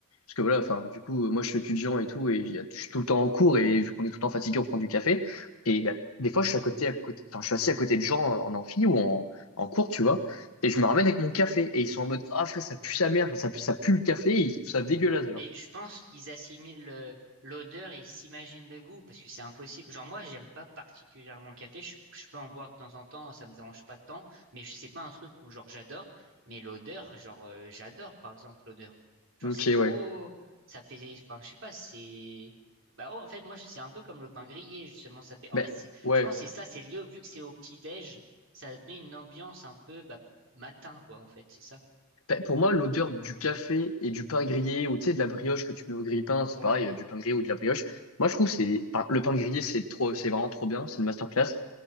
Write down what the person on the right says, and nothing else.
Mais je pense qu'ils assimilent euh, l'odeur et ils s'imaginent le goût parce que c'est impossible. Genre moi, j'aime pas particulièrement le café. Je, je peux en boire de temps en temps, ça me dérange pas tant. Mais je- c'est pas un truc où genre j'adore. Mais l'odeur, genre euh, j'adore par exemple l'odeur. Genre
c'est trop,
ça fait, enfin je sais pas, c'est. Bah oh, en fait moi c'est un peu comme le pain grillé justement. Ça fait, en
fait c'est,
je pense que c'est ça, c'est lié au- vu que c'est au petit déj, ça met une ambiance un peu bah, matin quoi en fait, c'est ça.
Ouais.